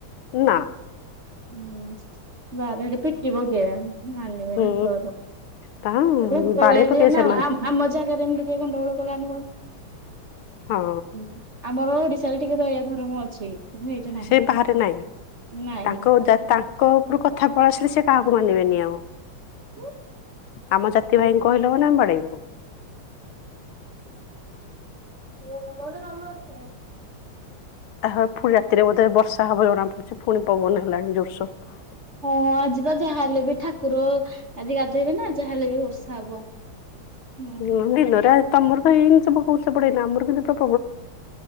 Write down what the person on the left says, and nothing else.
ନା
ହୁଁ।
ତା
ବାଡେଇ
ପକେଇବେ ସେମାନେ
ହଁ
ସେ ବାହାରେ ନାହିଁ
।ତାଙ୍କ, ତାଙ୍କ ଉପରୁ କଥା କଥା ପଳିଆସିଲେ, ସେ କାହାକୁ ମାନିବେନି ଆଉ
ଆମ ଜାତି ଭାଇଙ୍କୁ କହିଲ ମାନେ ଆମେ ବାଡେଇବୁ।
ଆ ହ, ପୁଣି ରାତିରେ ବୋଧେ ବର୍ଷା ହବ ଜଣା ପଡୁଛି ।ପୁଣି ପବନ ହେଲାଣି ଜୋର ସୋର
ହଁିଲୋରେ ତ ମୃର୍ଗ ଇନ ସବ ଉର୍ଷ ପଡ ନା ଆ ମୃଗ <unintelligible>